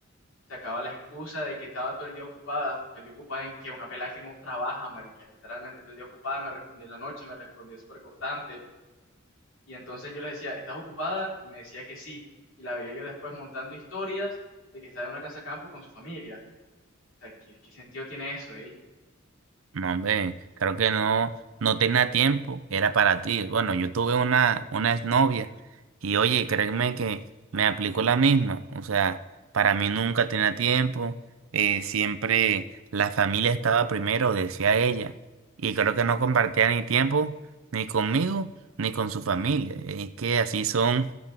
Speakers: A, on the left; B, on the right.
A: sacaba la excusa de que estaba todo el día ocupada, todo el día ocupada en que una pelada que no trabaja, marica, literalmente todo el día ocupada, me respondía en la noche, me respondía súper cortante, y entonces yo le decía, ¿estás ocupada? Y me decía que sí, y la veía yo después montando historias de que estaba en una casa campo con su familia, o sea, ¿qué, qué sentido tiene eso, eh?
B: No, hombre, creo que no, no tenía tiempo, era para ti. Bueno, yo tuve una, una exnovia y oye, créeme que me aplicó la misma. O sea, para mí nunca tenía tiempo, eh, siempre la familia estaba primero, decía ella. Y creo que no compartía ni tiempo, ni conmigo, ni con su familia. Es que así son,